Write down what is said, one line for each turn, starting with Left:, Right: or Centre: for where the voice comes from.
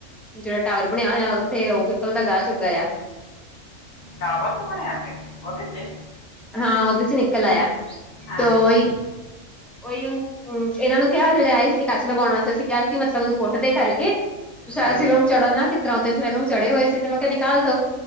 Centre: ਜਿਹੜਾ ਟਾਵਰ ਬਣਿਆ ਹੋਇਆ ਉੱਥੇ ਉਹ ਪੀਪਲ ਦਾ ਘਾਸ ਉਗ ਆਇਆ
Left: ਦਾਅਵਤ ਬਣਿਆ ਫਿਰ ਉਹਦੇ 'ਚ
Centre: ਹਾਂ! ਉਹਦੇ 'ਚ ਨਿਕਲ ਆਇਆ।
Left: ਹਾਂ
Centre: ਤੋਂ ਉਹੀ, ਉਹੀ ਉਹਨੂੰ, ਹੂੰ! ਇਹਨਾਂ ਨੂੰ ਕਿਹਾ ਜਿਹੜੇ ਆਏ ਸੀ ਕੱਚ ਲਗਾਉਣ ਵਾਸਤੇ, ਅਸੀਂ ਕਿਹਾ ਕਿ ਮਤਲਬ ਉਹਨੂੰ ਪੁੱਠ ਦੇ ਕਰਕੇ, ਸ
Left: ਹੂੰ
Centre: ਅਸੀ ਲੋਗ ਚੜਨ ਨਾ ਕਿਤ ਤਰ੍ਹਾਂ ਉਤੇ ਸਿਰੇ ਨੂੰ ਚੜੇ ਹੋਏ ਸੀ। ਤੇ ਮੈਂ ਕਿਹਾ ਨਿਕਾਲ ਦੋ।